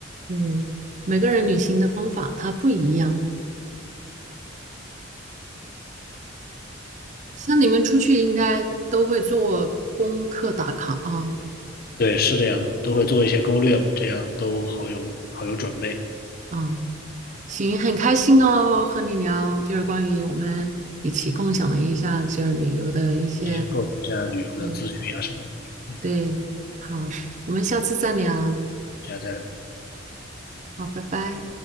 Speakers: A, on the right; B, on the left.
A: 嗯，每个人旅行的方法它不一样，像你们出去应该都会做功课打卡啊
B: 对，是这样的，都会做一些攻略嘛，这样都好有好有准备，
A: 啊，行，很开心哦，和你聊，就是关于我们一起共享了一下就是旅游的一些
B: 进行构成一下旅游的资讯啊什么的。
A: 嗯
B: 嗯，
A: 对，好，我们下次再聊，
B: 下次再聊。
A: 好，拜拜。